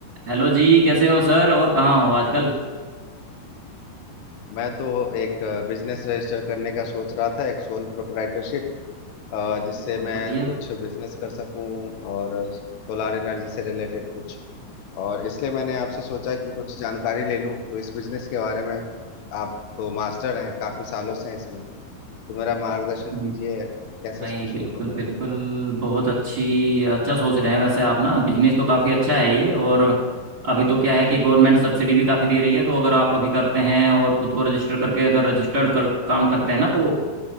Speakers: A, on the right; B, on the left.
A: Hello जी कैसे हो सर और कहाँ हो आजकल
B: मैं तो एक बिजनेस रजिस्टर करने का सोच रहा था एक सोल प्रोप्राइटरशिप जिससे
A: बहुत
B: मैं
A: बढ़िया
B: कुछ बिजनेस कर सकूं और सोलार एनर्जी से रिलेटेड कुछ और इसलिए मैंने आपसे सोचा कि कुछ जानकारी ले लूं तो इस बिजनेस के बारे में आप तो मास्टर हैं काफी सालों से हैं इसमें तो मेरा मार्गदर्शन
A: हम्म,
B: कीजिए कैसे
A: नहीं
B: इसको
A: बिल्कुल
B: शुरू करूं
A: बिल्कुल
B: मैं
A: बहुत अच्छी अच्छा सोच रहे हैं वैसे आप ना बिजनेस तो काफ़ी अच्छा है ये और अभी तो क्या है कि गवर्नमेंट सब्सिडी भी काफ़ी दे रही है तो अगर आप अभी करते हैं और खुद को रजिस्टर करके अगर रजिस्टर्ड कर काम करते हैं ना तो